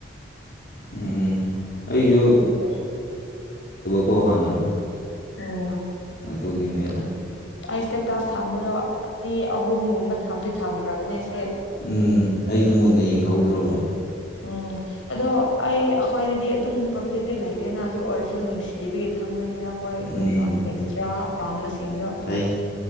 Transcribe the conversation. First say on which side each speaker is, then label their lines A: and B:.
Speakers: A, on the left (about 55°); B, on the left (about 85°).
A: ꯎꯝ ꯎꯝ ꯑꯩꯁꯨ
B: ꯑꯗꯨꯒꯤ
A: ꯀꯣꯍꯅ
B: ꯎꯝ
A: ꯇꯨꯒꯤꯅꯦꯗ
B: ꯑꯩ ꯏꯁꯇꯦꯇꯥꯁ ꯊꯝꯕꯗꯣ ꯑꯅꯤ ꯑꯍꯨꯝꯒꯨꯝꯕ ꯊꯗꯤ ꯊꯝꯈ꯭ꯔꯕꯅꯦ ꯁꯤ
A: ꯎꯝ ꯑꯩꯁꯨ ꯃꯨꯟꯅ ꯌꯦꯡꯍꯧꯗ꯭ꯔꯕꯣ
B: ꯎꯝ ꯑꯗꯣ ꯑꯩ ꯑꯩꯈ꯭ꯣꯏꯗꯗꯤ ꯑꯗꯨꯝ ꯄ꯭ꯔꯣꯐꯤꯠꯇꯤ ꯂꯩꯇꯦꯅ ꯑꯗꯨ ꯑꯣꯏꯔꯁꯨ ꯅꯨꯡꯁꯤꯕꯒꯤ ꯊꯝ ꯊꯝꯕꯅꯤꯗ ꯍꯣꯏ
A: ꯎꯝ
B: ꯎ ꯑꯦꯛꯁꯇ꯭ꯔꯥ ꯄꯥꯝꯕꯁꯤꯡꯗꯣ
A: ꯐꯩ